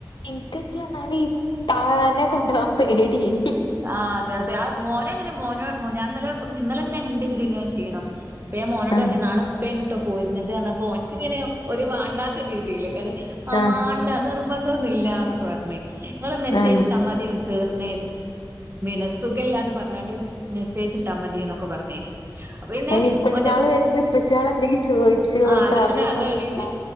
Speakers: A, on the left (about 85°); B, on the right (about 30°).
A: എനിക്കൊക്കെ എന്നാല് ഉപ്പാനെ കൊണ്ടുപോകാൻ പേടിയേനി
B: ആഹ് അതെ അതെ ആഹ് മോന് ങ്ങനെ മോന് മോ ഞാൻ ഇന്നലെ ഇന്നലെ ന്നെ ഇണ്ട് ഇന്ക്ക് ഇങ്ങനെ ക്ഷീണം അപ്പൊ ഞാൻ മോനോട്
A: ആ
B: പറഞ്ഞു നാളെ ഉപ്പയാണ് കേട്ടോ പോയിരുന്നത് ഓനിക്ക് ഒരു വേണ്ടാത്ത രീതിയില് അത് ആഹ്
A: ആ
B: മാണ്ട നിർബന്ധം ഒന്നും ഇല്ലന്നൊക്കെ പറഞ്ഞ് നിങ്ങള് മെസ്സേജ്
A: ആ
B: ഇട്ടാ മതി മിസ്സിന് ന് സുഖമില്ലാന്ന് പറഞ്ഞ് മെസ്സേജ് ഇട്ടാ മതി എന്നൊക്കെ പറഞ്ഞേന് അപ്പൊ പിന്നെ
A: അയിന് ഇപ്പച്ചാള്
B: മറ്റെ
A: വരുമ്പോ ഇപ്പച്ചാള് എന്തെങ്കിലും ചോയിച്ചോ
B: ആഹ് അതാണ്
A: പറയോ
B: അതാണ്
A: എന്നുള്ള